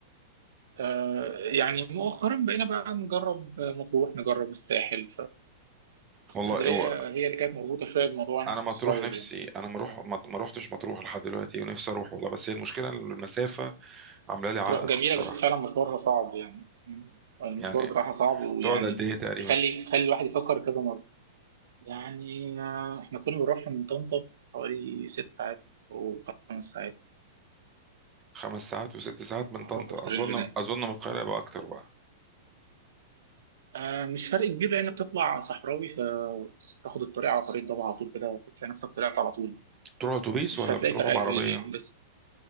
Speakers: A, on the right; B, on the right.
A: آه يعني مؤخرا بقينا بقى نجرب مطروح نجرب الساحل فاسكندرية
B: والله هو
A: هي اللي كانت مربوطة شوية بالموضوع أنا
B: انا
A: كنت
B: مطروح
A: صغير
B: نفسي
A: يعني
B: انا ما روح ما ما روحتش مطروح لحد دلوقتي ونفسي اروح والله بس هي المشكلة إن المسافة عاملة لي
A: مطروح
B: عائق
A: جميلة
B: بصراحة
A: بس فعلا مشوارها صعب يعني المشوار
B: يعني
A: بتاعها صعب ويعني
B: بتقعد قد ايه تقريبا
A: يخلي يخلي الواحد يفكر كذا مرة يعني آه إحنا كنا بنروح من طنطا حوالي ست ساعات أو خمس ساعات
B: خمس ساعات وست ساعات من
A: أعتقد
B: طنطا
A: في
B: اظن
A: الرينج ده
B: اظن من القاهرة يبقى اكتر بقى
A: آه مش فرق كبير لأنك بتطلع صحراوي فتاخد الطريق على طريق ضبع على طول كده تلاقي نفسك طلعت على طول
B: بتروحوا اتوبيس
A: مش
B: ولا
A: هتلاقي
B: بتروحوا
A: فرق
B: بعربية
A: كبير يعني بس